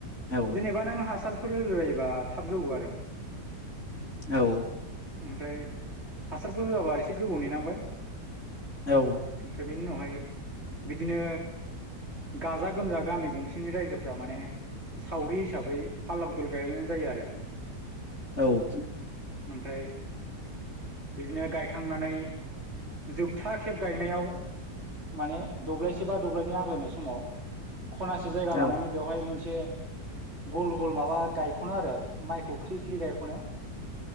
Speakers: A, on the left (about 40°); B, on the right (about 40°).
A: औ
B: जेबा नों हासार फोर होहोयोबा थाब जौवो आरो
A: औ
B: ओमफ्राय हासारबो होआबा एसे गोबाव नेनांबाय
A: औ
B: ओमफ्राय बेनि उनावहाय बिदिनो गाजा-गोमजा गामि गं सेनि रायजोफ्रा माने सावरि हिसाबै फाला बदल गायलायनाय जायो आरो।
A: औ
B: ओमफ्राय बिदिनो गायखांनानै जोबथा खेब गायनायाव माने दब्लायसे बा दब्लायनै आग्लायनाय समाव खनासे जायगा
A: औ
B: लानानै बेवहाय मोनसे गल - गल माबा गायखनो आरो माइखौ ख्रि-ख्रि गायख'नो